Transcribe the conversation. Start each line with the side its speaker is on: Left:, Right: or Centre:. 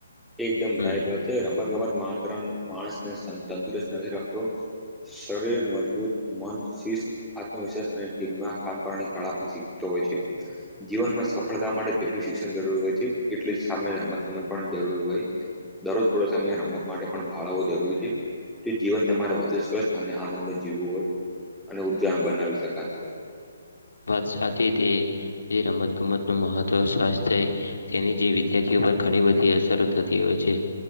Centre: એકદમ
Left: હમ
Centre: રાઈટ વાત છે રમત ગમત માત્ર માણસને સન તંદુરસ્ત નથી રાખતો. શરીર મજબૂત મન શિસ્ત આત્મવિશ્વાસ અને ટીમમાં કામ કરવાની કાળા પણ શીખતો હોય છે. જીવનમાં સફળતા માટે જેટલું શિક્ષણ જરૂરી હોય છે એટલું જ સામે રમત ગમત પણ જરૂરી હોય. દરરોજ થોડો સમય રમત માટે પણ ફાળવવો જરૂરી છે. જીવન તમારે વધુ સ્વસ્થ અને આનંદે જીવવું હોય અને ઉર્જા બનાવી શકાતું હોય.
Left: વાત સાચી તે જે રમત ગમત નું મહત્વ સ્વાસ્થય તેની જે વિદ્યાર્થીઓ પર ઘણી બધી અસરો થતી હોય છે.